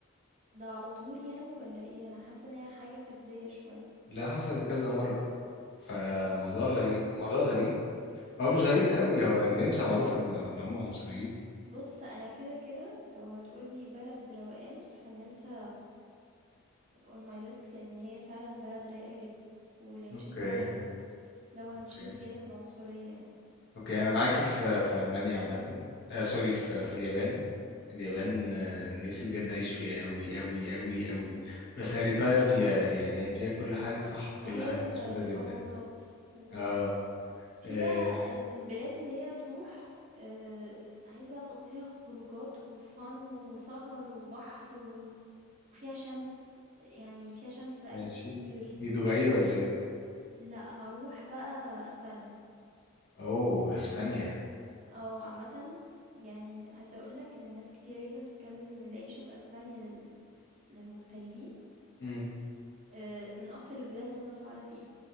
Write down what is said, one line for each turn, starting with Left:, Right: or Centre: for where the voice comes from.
Right: ده على طول يعني ولا ايه انا حاسة ان هي حاجة فردية شوية
Left: لا حصلت كذا مرة فموضوع
Right: مم.
Left: غريب موضوع غريب هو مش غريب قوي هو النمسا معروفة ان ان هم عنصريين
Right: بص انا كده كده لو هتقولي بلد روقان فالنمسا on my list لان هي فعلا بلد رايقة جدا والعيشة
Left: اوكي
Right: فيها حلوة لو هنشيل
Left: اوكي
Right: جانب العنصرية يعني
Left: اوكي انا معاكي في في المانيا عامة
Right: مم.
Left: آه سوري في في اليابان اليابان
Right: مم.
Left: آه، نفسي بجد اعيش فيها قوي قوي قوي قوي بس اريتاير
Right: اه
Left: فيها يعني هي فيها كل حاجة صح كل
Right: ما هي
Left: حاجة
Right: ريتاير
Left: مظبوطة جدا
Right: اه بالظبط بالظبط
Left: اه
Right: في
Left: آه،
Right: بقى البلاد اللي هي تروح آآ، عايز بقى تقضّيها خروجات وfun وسهر وبحر و وفيها شمس، يعني فيها شمس بقى
Left: ماشي
Right: كتير،
Left: دي دبي ولا ايه
Right: لأ هاروح بقى أسبانيا،
Left: اوه اسبانيا
Right: آه، عامةً يعني عايزة أقول لك إن الناس كتيرة جدًا بتتكلم إن العيشة في أسبانيا لل للمغتربين
Left: امم
Right: آآ، من أكتر البلاد اللي هُم سُعَدا فيها،